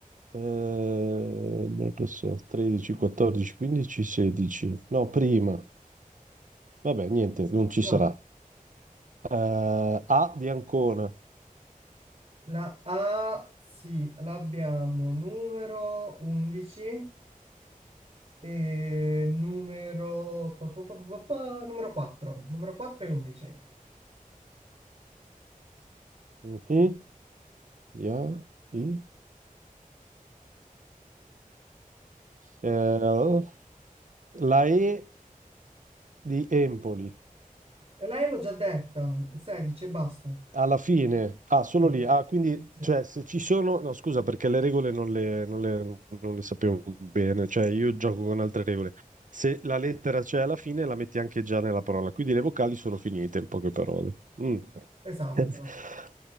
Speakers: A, on the right; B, on the right.
A: Eh, non lo so, 13, 14, 15, 16. No, prima. Vabbè, niente, non ci
B: No.
A: sarà. Eh, A di Ancona.
B: La A, sì, l'abbiamo numero 11 e numero, pa, pa, pa, pa, pa, pa, numero 4. Numero 4 e 11. E
A: Mhm. Ya, I. Eh, la E di Empoli
B: lei l'ho già detta, 16 e basta.
A: alla fine, ah, solo
B: Sì,
A: lì. Ah, quindi,
B: sì,
A: cioè, se ci sono, no, scusa, perché le regole non le, non le- non le sapevo bene. Cioè, io gioco con altre regole. Se la lettera c'è alla fine, la metti anche già nella parola. Quindi le vocali sono finite, in poche parole. Mm.
B: esatto.
A: <laughs>